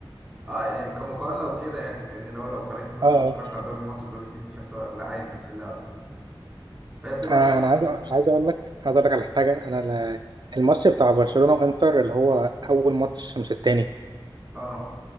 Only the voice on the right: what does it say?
اه
انا
انا عايز أ- عايز اقول لك عايز اقول لك على حاجه انا ال- الماتش بتاع برشلونه وانتر اللي هو اول ماتش مش التاني